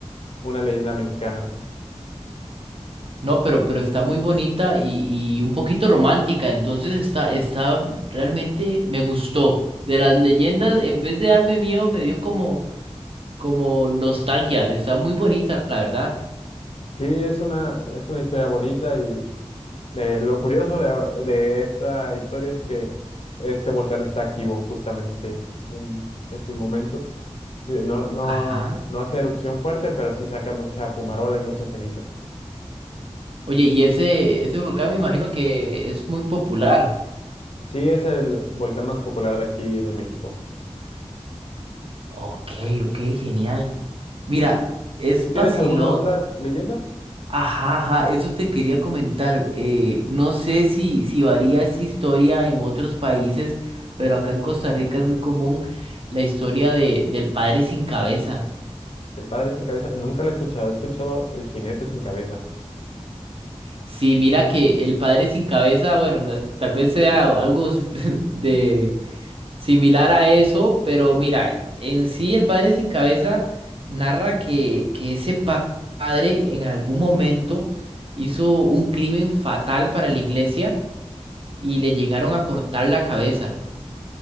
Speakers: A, on the left (about 60°); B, on the right (about 55°).
A: una leyenda mexicana.
B: No, pero, pero está muy bonita y, y un poquito romántica, entonces está, está, realmente me gustó. De las leyendas, en vez de darme miedo, me dio como... como nostalgia. Está muy bonita, la verdad.
A: Sí, es una, es una historia bonita y Eh, lo curioso de, de esta historia es que este volcán está activo justamente en estos momentos. Eh, No, no,
B: Ajá.
A: no hace erupción fuerte, pero sí saca mucha fumarola y muchas cenizas.
B: Oye, y ese, ese volcán me imagino que es muy popular.
A: Sí, es el volcán más popular de aquí de México.
B: Ok, ok, genial. Mira, es
A: ¿Tú tienes
B: vacilón.
A: alguna otra leyenda?
B: Ajá, ajá, eso te quería comentar. Eh, no sé si, si varía esa historia en otros países, pero acá en Costa Rica es muy común la historia de, del padre sin cabeza.
A: El padre sin cabeza. Nunca la he escuchado. He escuchado el jinete sin cabeza.
B: Sí, mira que el padre sin cabeza, bueno, no- tal vez sea algo <laughs> de similar a eso, pero mira, en sí el padre sin cabeza narra que, que ese pa- padre en algún momento hizo un crimen fatal para la iglesia y le llegaron a cortar la cabeza.